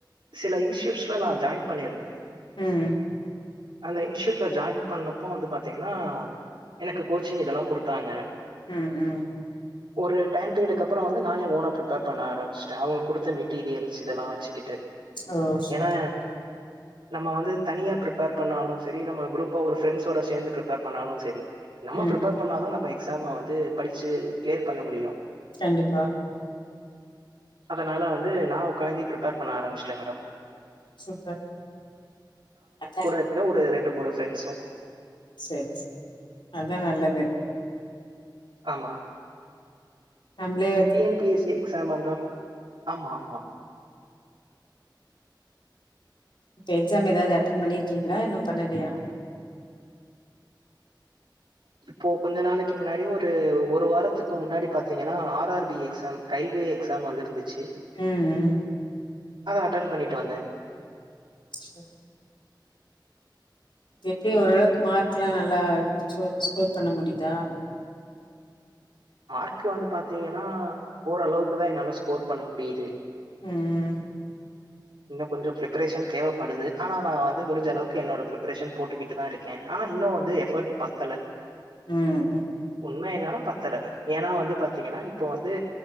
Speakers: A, on the right; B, on the left.
A: சில இன்ஸ்டியூட்ஸ்லா நா ஜாயின் பண்ணியிருந்தே
B: ம்
A: அந்த இன்ஸ்டியூட்ல ஜாயின் பண்ணப்போ வந்து பாத்தீங்கன்னா எனக்கு கோச்சிங் இதெல்லா குடுத்தாங்க
B: ம் ம்
A: ஒரு டைம் பீரியடுக்கு அப்பற வந்து நானே ஓனா பிரிப் ப்பேர் பண்ண ஆரம்சட்டே அவங்க குடுத்த மெட்டீரியல்ஸ் இதெல்லா வச்சுக்கிட்டு
B: ஓ சூப்பர்
A: ஏன்னா நம்ம வந்து தனியா பிரிப் பேர் பண்ணாலு சரி நம்ம குரூப்பா ஒரு பிரண்ட்ஸ்சோட சேந்து பிரிப்பர் பண்ணாலு சரி நம்ம
B: ம்
A: பிரிப்பர் பண்ணாத நம்ம எக்ஸாம வந்து படிச்சு கிளியர் பண்ண முடியு
B: கண்டிப்பா
A: அதனால வந்து நா உக்காந்து பிரிப்பேர் பண்ண ஆரம்பிச்சுட்டே மேடம்
B: சூப்பர் <unintelligible>
A: க்க ஒரு ரெண்டு மூணு ப்ரெண்ட்ஸு
B: சரி அதா நல்லது
A: ஆமா
B: நம்பளே
A: T N P S C exam வந்துரும் ஆமா ஆமா
B: இப்ப எக்ஸாம் ஏதாவது அட்டென் பண்ணிருக்கீங்களா இன்னும் பண்ணலையா
A: இப்போ கொஞ்ச நாளைக்கு முன்னாடி ஒரு ஒரு வாரத்துக்கு முன்னாடி பாாரத்தீங்கன்னா R R B exam railway exam வந்துருந்துச்சு
B: ம்ம்
A: அ அட்டன் பண்ணிட்டுவந்தன்
B: சரி எப்படி ஓரளவுக்கு மார்க் எல்லாம் நல்லா ஸ்கோர் பண்ண முடியுதா
A: மார்க்கு வந்து பாார்த்தீங்கன்னா ஓரளவுக்கு தா என்னால ஸ்கோர் பண்ண முடியுது
B: ம்
A: இன்னும் கொஞ்ச பிரரிப்ரேஷன் தேவைப்படுதுனா ந வந்து முடிஞ்ச அளவுக்குனோட பிரேஷன் போட்டுக்கிட்டு தா இருக்கன் க்கேன் ஆனா இன்னும் வந்து எஃபர்ட் பத்தல
B: ம் ம்
A: உண்மை என்னன்னா பத்தல ஏன்னா வந்து பாத்தீங்கன்னா இப்போ வந்து